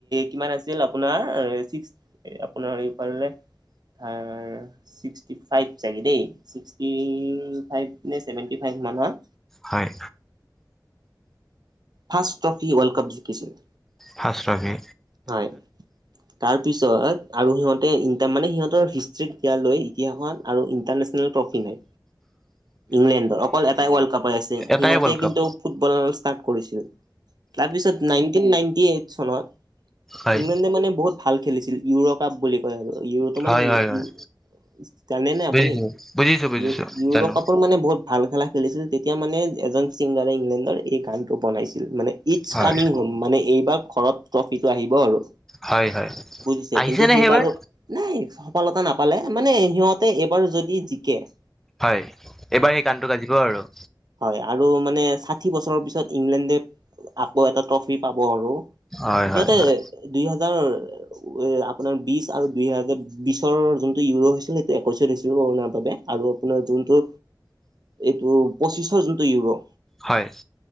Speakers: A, on the right (about 65°); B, in the centre.
A: কিমান আছিল আপোনাৰ ছিক্স আপোনাৰ এইফালে - হাঁ। ছিক্সটি ফাইভ চাগে দেই ছিক্সটি ফাইভ নে চেভেণ্টি ফাইভ মানৰ-
B: হয়।
A: ফাৰ্ষ্ট ট্ৰফি ৱৰ্ল্ড কাপ জিকিছিল।
B: First trophy.
A: হয়। তাৰপিছত আৰু সিহঁতে ই তাৰমানে সিহঁতৰ হিষ্ট্ৰীত ইতিয়া লৈ ইতিহাসত - আৰু ইণ্টাৰনেশ্যনেল ট্ৰফি নাই। ইংলেণ্ডৰ অকল এটাই ৱৰ্ল্ড কাপে আছে
B: এটাই
A: সিহঁতে
B: ৱৰ্ল্ড কাপ
A: কিন্তু, - ফুটবল ষ্টাৰ্ট কৰিছিল তাৰপিছত নাইনটিন নাইনটি এইট চনত
B: হয়
A: ইংলেণ্ডে মানে বহুত ভাল খেলিছিল ইউৰ কাপ বুলি কয় আৰু ইউৰোটো মানে
B: হয় হয় হয়
A: - জানে নে আপুনি
B: বুজিছো বুজিছো বুজিছো
A: ইউ ইউৰোকাপৰ
B: জানো
A: মানে বহুত - ভাল খেলা খেলিছিল তেতিয়া মানে এজন ছিংগাৰে ইংলেণ্ডৰ এই গানটো বনাইছিল। মানে- ইটছ
B: হয়
A: কামিং হোম মানে এইবাৰ ঘৰত ট্ৰফিটো আহিব আৰু।
B: হয় হয়
A: বুজিছে
B: আহিছে
A: কিন্তু
B: নে
A: সেইবাৰো-
B: সেইবাৰ
A: নাই সফলতা নাপালে মানে সিহঁতে এইবাৰ যদি জিকে -
B: হয়, এইবাৰ সেই গানটো বাজিব আৰু।
A: হয় আৰু মানে ষাঠি বছৰৰ পিছত ইংলেণ্ডে আকৌ এটা ট্ৰফি পাব আৰু।
B: হয় হয়
A: সিহঁতে
B: হয়
A: দুই হাজাৰ- আপোনাৰ বিশ আৰু দুই হাজাৰ বিশৰ যোনটো ইউৰোপ হৈছিল যে সেইটো একৈশত হৈছিল কৰণাৰ বাবে আৰু- আপোনাৰ যোনটো এইটো পঁচিছৰ যোনটো ইউৰো-
B: হয়,